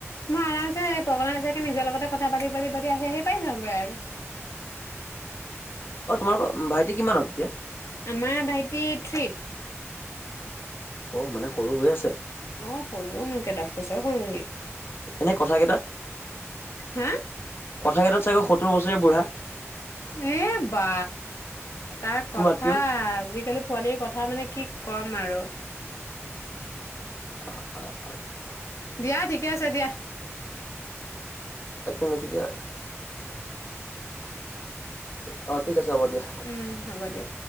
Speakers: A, on the left; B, on the left.
A: মই আৰামছে পগলা নিচিনাকে নিজৰ লগতে কথা পাতি পাতি পাতি, আহি আহি পাই যাওঁগৈ আৰু।
B: অ তোমালোকৰ ভাইটি কিমানত এতিয়া
A: আমাৰ ভাইটি থ্ৰীত।
B: অ', মানে সৰু হৈ আছে।
A: অ', সৰু মোৰকে দচ বছৰ সৰু হি,
B: এনে কথা কেইটাত
A: হা।
B: কথাকেইটাত চাগে সত্তৰ বছৰীয়া বুঢ়া।
A: এ বা, তাৰ কথা,
B: তোমাতকেও
A: আজিকালি পোৱালিৰ কথা মানে কি কম আৰু
B: অ' অ' অ'
A: দিয়া ঠিকে আছে দিয়া।
B: নাই, অ' ঠিক আছে হ'ব দিয়া।
A: উম হব দিয়া।